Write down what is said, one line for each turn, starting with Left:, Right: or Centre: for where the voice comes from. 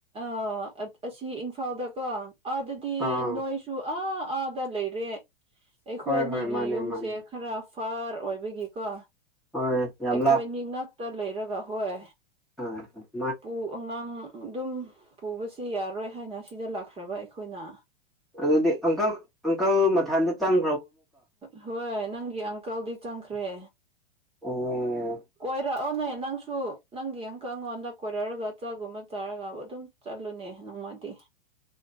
Right: ꯑ ꯑꯁꯤ ꯏꯝꯐꯥꯜꯗꯀꯣ ꯑꯥꯗꯗꯤ
Centre: ꯑꯥ
Right: ꯅꯣꯏꯁꯨ ꯑꯥ ꯑꯥꯗ ꯂꯩꯔꯦ ꯑꯩꯈꯣꯏ
Centre: ꯍꯣꯏ
Right: ꯑꯅꯤꯒꯤ
Centre: ꯍꯣꯏ ꯃꯥꯅꯦ
Right: ꯌꯨꯝꯁꯦ
Centre: ꯃꯥꯅꯦ
Right: ꯈꯔ ꯐꯥꯔ ꯑꯣꯏꯕꯒꯤꯀꯣ
Centre: ꯍꯣꯏ ꯌꯥꯝ
Right: ꯑꯩꯈꯣꯏꯅꯤ ꯉꯛꯇ ꯂꯩꯔꯒ ꯍꯣꯏ
Centre: ꯍꯥ-ꯍ
Right: ꯄꯨ ꯑꯉꯥꯡ ꯗꯨꯝ ꯄꯨꯕꯁꯤ ꯌꯥꯔꯣꯏ ꯍꯥꯏꯅ ꯁꯤꯗ ꯂꯥꯛꯈ꯭ꯔꯕ ꯑꯩꯈꯣꯏꯅ
Centre: ꯑꯗꯨꯗꯤ ꯑꯪꯀꯜ ꯑꯪꯀꯜ ꯃꯊꯥꯟꯗ ꯆꯪ
Right: ꯍꯣꯏ ꯅꯪꯒꯤ ꯑꯪꯀꯜꯗꯤ ꯆꯪꯈ꯭ꯔꯦ
Centre: ꯑꯣ
Right: ꯀꯣꯢꯔꯛ ꯑꯧꯅꯦ ꯅꯪꯁꯨ ꯅꯪꯒꯤ ꯑꯪꯀꯜ ꯉꯣꯟꯗ ꯀꯣꯏꯔꯛꯔꯒ ꯆꯥꯛꯒꯨꯝꯕ ꯆꯥꯔꯒ ꯑꯗꯨꯝ ꯆꯠꯂꯨꯅꯦ ꯃꯥꯗꯤ